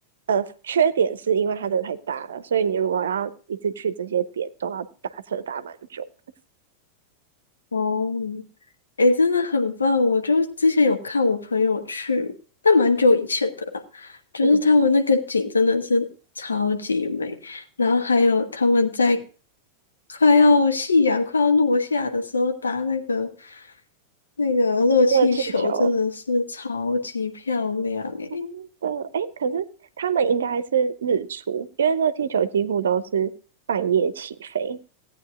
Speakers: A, on the right; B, on the left.
A: 呃，缺点是因为它真的太大了，所以你如果要一次去这些点，都要打车打蛮久的。
B: 哦，哎，真的很棒。我就之前有看我朋友去，但蛮久以前的啦。就是他们那个景真的是超级美，
A: 嗯，
B: 然后还有他们在快要夕阳快要落下的时候搭那个那个热气球，
A: 热气球
B: 真的是超级漂亮哎。
A: 真的，哎，可是他们应该是日出，因为热气球几乎都是半夜起飞，